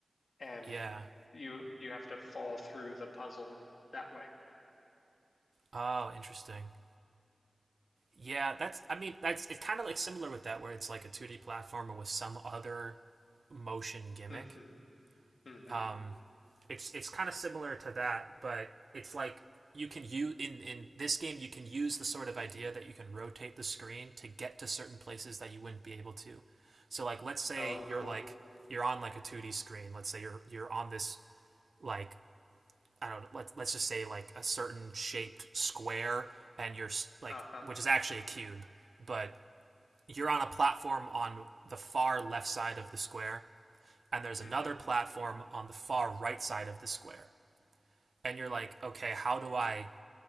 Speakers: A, on the left; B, on the right.
A: and
B: yeah.
A: you you have to fall through the puzzle that way.
B: Oh, interesting. Yeah, that's I mean that's it's kind of like similar with that where it's like a 2D platformer with some other motion gimmick
A: hmm hmm
B: Um, it's it's kind of similar to that, but it's like you can use in in this game you can use the sort of idea that you can rotate the screen to get to certain places that you wouldn't be able to. So like let's say
A: Oh,
B: you're
A: cool.
B: like you're on like a 2D screen. Let's say you're you're on this like I don't know, let's let's just say like a certain shaped square and you're like
A: Uh-huh.
B: which is actually a cube, but you're on a platform on the far left side of the square and there's
A: hmm
B: another platform on the far right side of the square. And you're like, okay, how do I